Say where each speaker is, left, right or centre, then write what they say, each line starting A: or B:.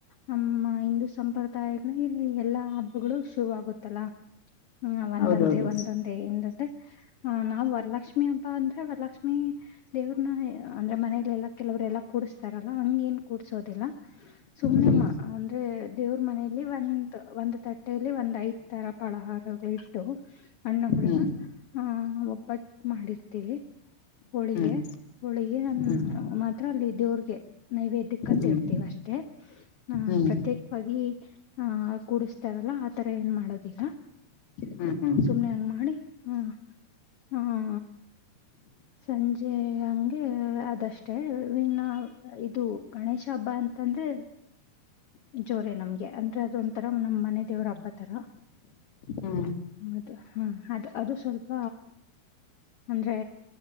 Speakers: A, on the left; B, on the left.
A: ನಮ್ಮ ಹಿಂದೂ ಸಂಪ್ರದಾಯ ಇಲ್ಲಿ ಎಲ್ಲಾ ಹಬ್ಬಗಳು ಶುರುವ ಆಗುತ್ತೆ ಇತ್ತಲ ಹ್ಮ ಒಂದೊಂದೇ
B: ಹೌದೌದು
A: ಒಂದೊಂದೇ <unintelligible> ಹ ನಾ ಬರ <unintelligible> ಲಕ್ಷ್ಮಿ ಹಬ್ಬ ಅಂದ್ರೆ ವರ ಲಕ್ಷ್ಮೀ ದೇವ್ರನ ಅಂದ್ರೆ ಮನ ಕೆಲವರೆಲ್ಲ <inaudible> ತರಲ್ಲ ಹಂಗ ಏನ್ ಕೂಡ್ಸೋದಿಲ್ಲ ಸುಮ್ನೆಮ್ಮ
B: ಹ್ಮ್
A: ಅಂದ್ರೆ ದೇವ್ರ ಮನೇಲಿ ಒಂದ್ ಒಂದ್ ತಟ್ಟಲಿ ಒಂದ್ ಐದ್ ತರ ಪಳಹಾರ ಇಟ್ಟು <inaudible> ಅನ್ನ ಗುಡಿನ
B: ಹ್ಮ್
A: ಆ ಒಬತ್ತು ಮಾಡಿರ್ತೇವೆ ಹೋಳಿಗೆ
B: ಹ್ಮ್
A: ಹೋಳಿಗೆ ಅ
B: ಹ್ಮ್
A: ಮಾತ್ರ ಅಲ್ಲಿ ದೇವ್ರಗೆ ನೈವೇದ್ಯಕ್ ಅಂತ
B: ಹ್ಮ್
A: ಇಡ್ತೇವಿ ಅಷ್ಟೇ ಹ
B: ಹ್ಮ್
A: ಪ್ರತ್ಯೇಕವಾಗಿ ಹ ಕೂಡಿಸ್ತಾರಲ್ಲ ಆತರ ಏನ್ ಮಾಡೋದಿಲ್ಲ
B: ಹ್ಮ್ ಹ್ಮ್
A: ಸುಮ್ನೆ ಹಂಗ ಮಾಡಿ ಹ ಹ ಹಾ ಸಂಜೆ ಹಂಗೆ ಅದಷ್ಟೇ ವೆನ್ ಇದು ಗಣೇಶ ಹಬ್ಬ ಅಂತ ತದ್ರೆ ಜೋರೆ ನಮ್ಗೆ ಅಂದ್ರೆ ಅದೊಂದು ನಮ್ಮನೆ ದೇವ್ರ ಹಬ್ಬ ತರ
B: ಹ್ಮ
A: ಅದು ಹಾ ಅದು ಅದು ಸ್ವಲ್ಪ ಅಂದ್ರೆ